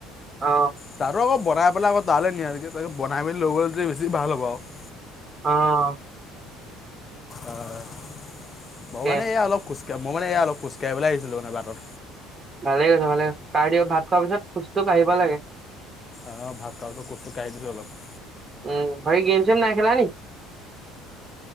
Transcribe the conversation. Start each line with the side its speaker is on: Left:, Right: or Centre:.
Right: অ
Left: তাতো আকৌ বনাই <unintelligible> তালয়কে নিয়াত কে তয় বনাই মিলি লই গলে তে বেছি ভাল হব আৰু।
Right: অ'।
Left: অ' ময়
Right: তাকে
Left: মানে এয়া অলপ খোজ মই মানে এয়া অলপ খোজকাঢ়িবলে আহিছিলো মানে বাটত।
Right: ভালে হয়চে ভালে হয়চে খাই <unintelligible> ভাত খোৱাৰ পিছত খোজটো কাঢ়িব লাগে।
Left: অ' ভাত খোৱাৰ পিছত খোচটো কঢ়ি দিছো অলপ।
Right: উম বাকি গেম চেম নাই খেলা নেকি?